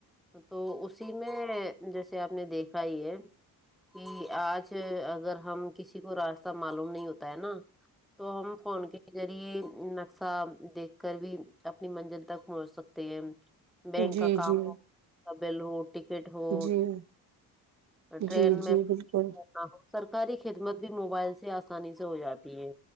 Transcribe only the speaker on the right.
جی
جی
جی
جی
جی بالکل